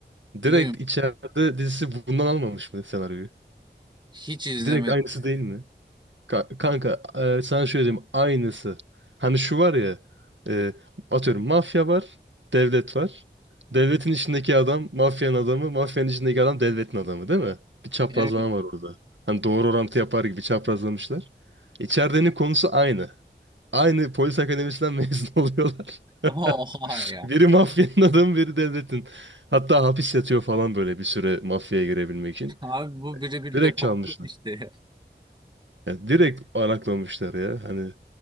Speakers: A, on the right; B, on the right.
A: Direkt
B: Duyun.
A: içeride dizisi bundan almamış mı senaryoyu?
B: Hiç izlemedim.
A: Direkt aynısı değil mi? Ka- kanka e, sana şöyle diyeyim aynısı. Hani şu var ya e, atıyorum mafya var, devlet var. Devletin içindeki adam mafyanın adamı, mafyanın içindeki adam devletin adamı değil mi? Bir çaprazlama
B: Evet.
A: var orada. Hani doğru orantı yapar gibi çaprazlamışlar. İçeridenin konusu aynı. Aynı polis akademisinden mezun <laughs> oluyorlar. <laughs>
B: <laughs> Oha ya.
A: Biri mafyanın adamı, biri devletin. Hatta hapis yatıyor falan böyle bir süre mafyaya girebilmek için.
B: Abi bu birebir
A: Direkt
B: departman
A: çalmışlar.
B: işte ya.
A: Ya direkt araklamışlar ya. Hani